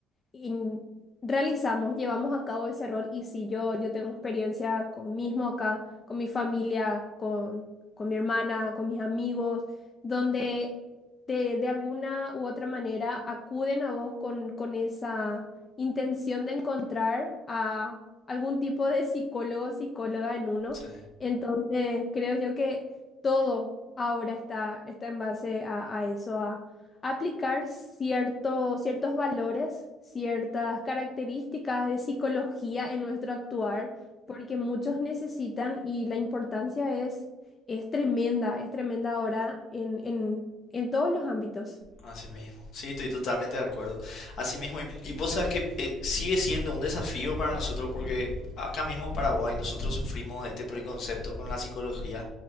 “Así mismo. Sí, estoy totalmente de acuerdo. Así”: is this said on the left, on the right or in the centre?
Left